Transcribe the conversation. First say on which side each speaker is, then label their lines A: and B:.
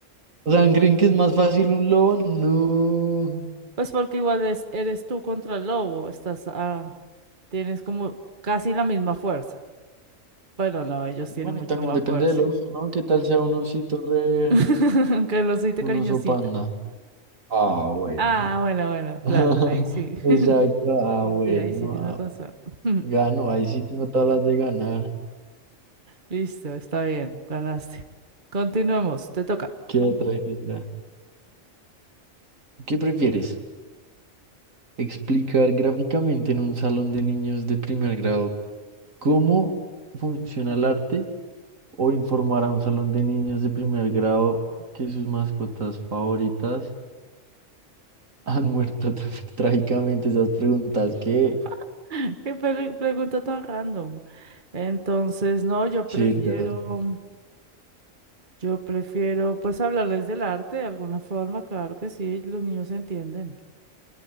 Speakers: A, on the right (about 80°); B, on the right (about 40°).
A: O sea, ¿creen que es más fácil un lobo? No.
B: Pues porque igual es- eres tú contra el lobo, estás ah, tienes como casi la misma fuerza. Bueno, no, ellos
A: Bueno,
B: tienen mucho
A: y también
B: más
A: depende
B: fuerza.
A: del oso, ¿no? ¿Qué tal sea un osito re...
B: <laughs> Aunque el osito
A: un
B: cariñosito.
A: oso panda? Ah, bueno.
B: Ah, bueno, bueno,
A: <laughs>
B: claro, ahí sí.
A: Exacto,
B: <laughs>
A: ah, bueno.
B: Sí, ahí sí tienes razón. <laughs>
A: Gano, ahí sí tengo todas las de ganar.
B: Listo, está bien, ganaste. Continuemos, te toca.
A: ¿Qué otra? ¿Qué otra? ¿Qué prefieres? ¿Explicar gráficamente en un salón de niños de primer grado cómo funciona el arte o informar a un salón de niños de primer grado que sus mascotas favoritas <laughs> han muerto tra- <laughs> trágicamente? Esas preguntas que...
B: <gasps> <laughs> Qué peli- pregunta tan random. Entonces, no, yo prefiero.
A: Sí, da-
B: Yo prefiero, pues, hablarles del arte de alguna forma, claro que sí, los niños entienden.